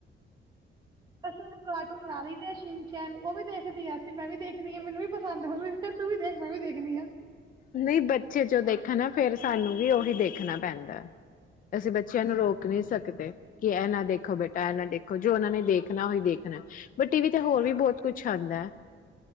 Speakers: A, on the right (about 20°); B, on the left (about 45°).
A: <unintelligible> ਕਾਰਟੂਨ ਲਾ ਲਈਦੇ ਆ ਸ਼ੀਨ ਚੈਨ ਉਹ ਵੀ ਦੇਖਦੀ ਆ ਅਸੀਂ ਮੈਂ ਵੀ ਦੇਖਦੀ ਹਾਂ ਮੈਨੂੰ ਵੀ ਪਸੰਦ ਕਿਹਾ ਤੂੰ ਵੀ ਦੇਖ ਮੈਂ ਵੀ ਦੇਖਣੀ ਆ।
B: ਨਹੀਂ ਬੱਚੇ ਜੋ ਦੇਖਣ ਨਾ ਫਿਰ, ਸਾਨੂੰ ਵੀ ਉਹੀ ਦੇਖਣਾ ਪੈਂਦਾ। ਅਸੀਂ ਬੱਚਿਆਂ ਨੂੰ ਰੋਕ ਨਹੀਂ ਸਕਦੇ। ਤੇ ਕਿ ਇਹ ਨਾ ਦੇਖੋ ਬੇਟਾ, ਇਹ ਨਾ ਦੇਖੋ ਜੋ ਉਹਨਾਂ ਨੇ ਦੇਖਣਾ ਉਹੀ ਦੇਖਣ, ਬਟ ਟੀਵੀ ਤੇ ਹੋਰ ਵੀ ਬਹੁਤ ਕੁਛ ਆਉਂਦਾ ਹੈ।